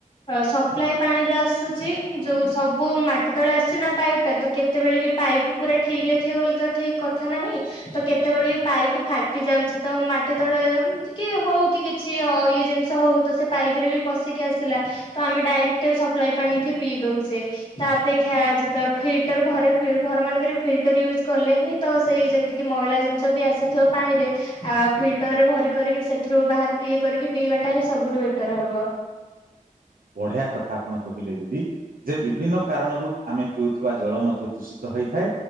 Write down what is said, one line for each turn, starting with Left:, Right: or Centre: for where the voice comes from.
Left: ସପ୍ଲାଇ ପାଣି ଯୋଉ ଆସେ ଆ ଯୋଉ ସବୁ ମାଟି ତଳେ ଆସୁଛି ନା ପାଇପ୍ ଟା ତ କେତେବେଳେ ବି ପାଇପ୍ ଉପରେ ଠିକ୍ ରେ ଥିବ ବୋଲି ତ ଠିକ କଥା ନାହିଁ ତ କେତେବେଳେ ପାଇପ୍ ଫାଟି ଯାଉଛି ତ ମାଟି ତଳେ କି ହଉ କି କି କିଛି ଇଏ ଜିନିଷ ହଉ ତ ସେ ପାଇପ ରେ ବି ପଶିକି ଆସିଲା ତ ଆମେ ଡାଇରେକ୍ଟ ସପ୍ଲାଇ ପାଣିିକେ ପିଇ ଦଉଛେ। ତା ଅପେକ୍ଷା ଯେ ଫିଲଟର ଘରେ ଘର ମାନଙ୍କରେ ଫିଲ୍ଟର ୟୁଜ୍ କଲେ ହିଁ ତ ସେଇ ଏତିକି ମଇଳା ଜିନିଷ ବି ଆସିଥିବ ପାଣିରେ ଆ ଫିଲ୍ଟର ରେ ଭରି କରିକି ସେଥିରୁ ବାହାର ଇଏ କରିକି ପିଇବାଟା ହିଁ ସବୁଠୁ ବେଟର୍ ହେବ।
Right: ବଢିଆ କଥା ଆପଣ କହିଲେ ଦିଦି। ଯେ ବିଭିନ୍ନ କାରଣରୁ ଆମେ ପିଉଥିବା ଜଳ ମଧ୍ୟ ଦୂଷିତ ହୋଇଥାଏ।